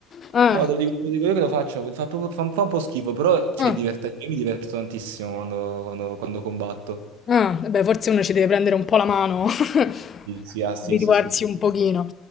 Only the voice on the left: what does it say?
Ah,
ah.
Ah, eh beh, forse uno ci deve prendere un po' la mano, <laughs>
abituarsi
un
pochino,